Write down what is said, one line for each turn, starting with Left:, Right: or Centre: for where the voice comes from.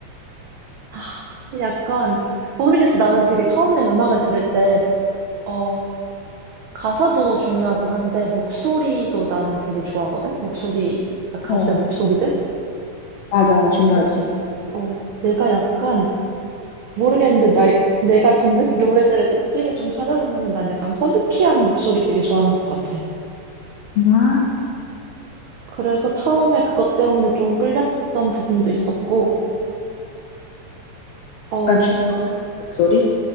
Right: 아, 약간 모르겠어. 나는 되게 처음에 음악을 들을 때, 어, 가사도 중요하긴 한데 목소리도 나는 되게 좋아하거든. 목소리, 가수의
Left: 어,
Right: 목소리들.
Left: 맞아 중요하지.
Right: 어, 어, 내가 약간 모르겠는데 나, 내가 듣는 <laughs> 노래들의 특징을 좀 찾아보면은 난 약간 허스키한 목소리 되게 좋아하는 것 같아.
Left: 아,
Right: 그래서 처음에 그것 때문에 좀 끌렸던 부분도 있었고, 어,
Left: 약간 중성적인 목소리?